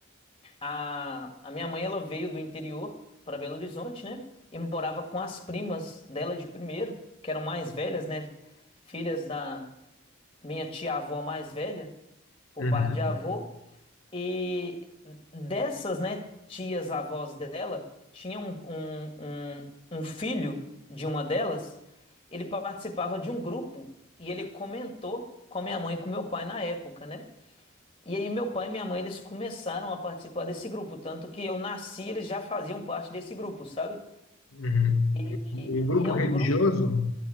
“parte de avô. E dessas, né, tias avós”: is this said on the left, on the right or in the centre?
Left